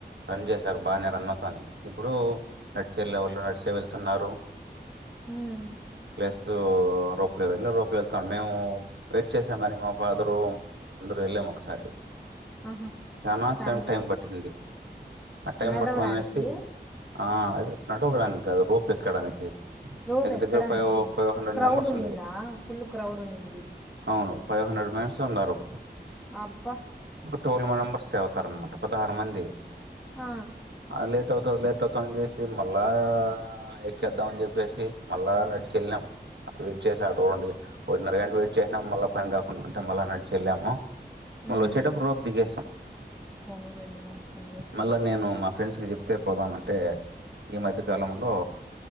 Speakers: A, on the right; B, in the centre.
A: రన్ చేశారు బానే రన్ అవుతాంది. ఇప్పుడు నెట్ కెళ్ళే వాళ్ళు నడిచే వెళ్తున్నారు.
B: ఉమ్
A: ప్లస్ రోబ్ రోపో వెళ్తాను మేము వెయిట్ చేసాం కాని, మా ఫాదరు అందరూ వెళ్ళాము ఒకసారి.
B: ఆహా
A: చానా
B: ఫ్యామిలీతో
A: సెయిమ్ టైం పట్టింది. ఆ టైం
B: నడవడానికి
A: పడ్తుంది అనేసి, ఆ అది నటువడానికి కాదు. రోప్ ఎక్కడానికి.
B: రోప్
A: దగ్గర
B: ఎక్కడానికి
A: దగ్గర ఫైవ్ ఫైవ్ హండ్రెడ్
B: క్రౌడ్
A: మెంబర్స్
B: ఉన్నిందా!
A: ఉన్నాయి
B: ఫుల్ క్రౌడ్ ఉన్నింది.
A: అవును ఫైవ్ హండ్రెడ్ మెన్స్ ఉన్నారు.
B: అబ్బా
A: టోల్ మెంబర్సే అవుతారనమాట. పదహారు మంది.
B: ఆ
A: ఆ లేట్ అవుతది లేట్ అవుతదన్చేసి మళ్ళా ఎక్కేద్దాం అని చెప్పేసి మళ్ళా నడిచి ఎళ్ళినాం. వెయిట్ చేసా ఆటోవన్టికి ఒకటిన్నర గంట వెయిట్ చేసినాం. మళ్ల పని కాకుండా ఉంటే, మల్ల నడిచెల్లాము. మల్ల
B: ఉమ్
A: వచ్చేటప్పుడు రోప్ దిగేశాం.
B: పోనీలేండి మంచి పని చేసినారు
A: మళ్ళా నేను మా ఫ్రెండ్స్ కి చెప్తే పోదాం అంటే, ఈ మధ్య కాలంలో